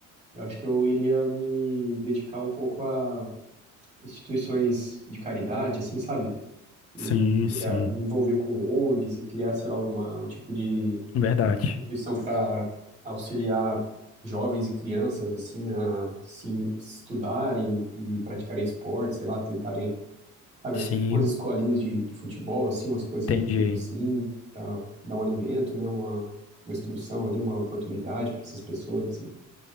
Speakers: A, on the right (about 20°); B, on the left (about 50°).
A: eu acho que eu iria me dedicar um pouco a instituições de caridade, assim, sabe? e
B: Sim,
A: criar,
B: sim,
A: me envolver com ONGs e criar, sei lá, alguma, um tipo de
B: verdade.
A: instituição para auxiliar jovens e crianças, assim, a se estudarem e praticarem esporte, sei lá, tentarem, sabe,
B: Sim,
A: assim, tipo umas escolinhas de, de futebol, assim, umas coisas
B: entendi.
A: do tipo, assim, para dar um alimento, né, uma, uma instrução ali, uma oportunidade para essas pessoas, assim.